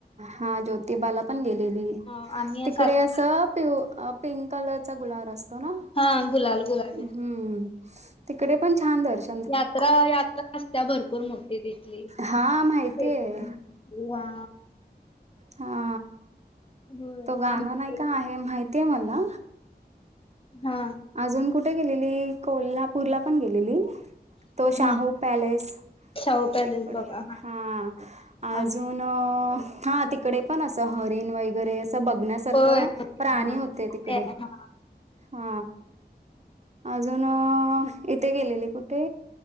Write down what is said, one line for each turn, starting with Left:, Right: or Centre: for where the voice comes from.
Right: हा ज्योतिबाला पण गेलेली
Left: ह आम्ही
Right: तिकडे
Left: सारखं
Right: अस पि पिंक कलरचा गुलार असतो ना
Left: हा गुलाल गुलाबी
Right: हम्म तिकडे पण छान दर्श
Left: यात्रा यात्रा असत्या भरपूर मोठी तिथली
Right: हा माहितीय
Left: हो हा
Right: हा
Left: होय
Right: तो गाणं
Left: आम्ही
Right: नाही का आहे माहितीय मला
Left: हा
Right: अजून कुठे गेलेली कोल्हापूरला पण गेलेली तो शाहू
Left: हा
Right: पॅलेस
Left: शाहू पॅलेस
Right: तिकडे
Left: बघा
Right: हा अजून
Left: आम्ही
Right: अ हा ते तिकडे पण असं हरीण वगैरे असं बघण्यासारखं
Left: होय हा
Right: प्राणी होते तिकडे
Left: ते हा
Right: हा अजून इथे गेलेली कुठे